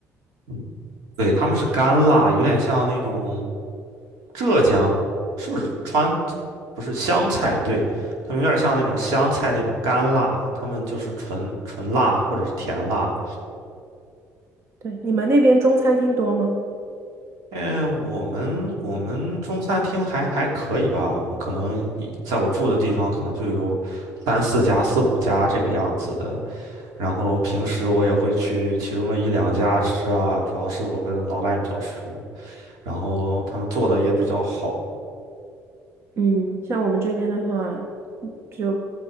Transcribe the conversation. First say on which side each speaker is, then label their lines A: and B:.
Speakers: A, on the right (about 85°); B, on the right (about 45°).
A: 嗯对，他们是干辣，有点像那种浙江，是不是川？不是湘菜，对，他们有点像那种湘菜那种干辣，他们就是纯纯辣或者是甜辣。
B: 对，你们那边中餐厅多吗？
A: 哎，我们我们中餐厅还还可以吧，我们可能以在我住的地方可能就有三四家、四五家这个样子的。然后平时我也会去其中的一两家吃啊，主要是我跟老板比较熟，然后他们做的也比较好，
B: 嗯，像我们这边的话，就